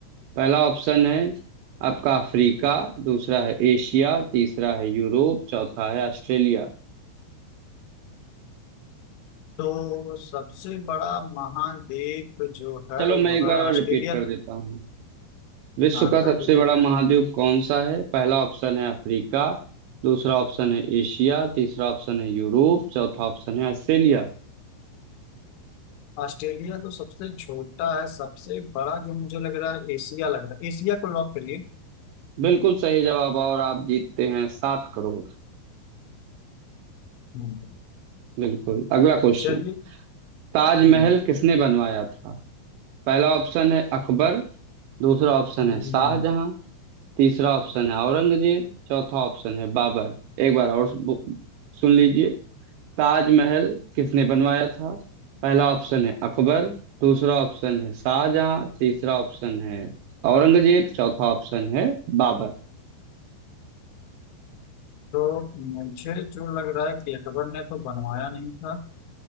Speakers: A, on the right; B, on the left.
A: पहला ऑप्शन है आपका अफ्रीका दूसरा है एशिया तीसरा है यूरोप चौथा है ऑस्ट्रेलिया
B: तो सबसे बड़ा महाद्वीप जो है
A: चलो
B: वो
A: मैं एक बार
B: है
A: और
B: ऑस्ट्रेलिया
A: रिपीट कर देता
B: तो
A: हूँ विश्व
B: हाँ
A: का सबसे
B: कर दीजिए
A: बड़ा महाद्वीप कौन सा है पहला ऑप्शन है अफ्रीका दूसरा ऑप्शन है एशिया तीसरा ऑप्शन है यूरोप चौथा ऑप्शन है ऑस्ट्रेलिया
B: ऑस्ट्रेलिया तो सबसे छोटा है सबसे बड़ा जो मुझे लग रहा है एशिया लग रहा है एशिया को लॉक करिए
A: बिल्कुल सही जवाब और आप जीतते हैं सात करोड़
B: हम्म,
A: बिल्कुल अगला क्वेश्चन
B: चलिए
A: ताजमहल
B: हम्म,
A: किसने बनवाया था पहला ऑप्शन है अकबर दूसरा ऑप्शन
B: हम्म,
A: है शाहजहां तीसरा ऑप्शन है औरंगजेब चौथा ऑप्शन है बाबर एक बार और सु- सुन लीजिए ताजमहल किसने बनवाया था पहला ऑप्शन है अकबर दूसरा ऑप्शन है शाहजहां तीसरा ऑप्शन है औरंगजेब चौथा ऑप्शन है बाबर
B: तो मुझे जो लग रहा है कि अकबर ने तो बनवाया नहीं था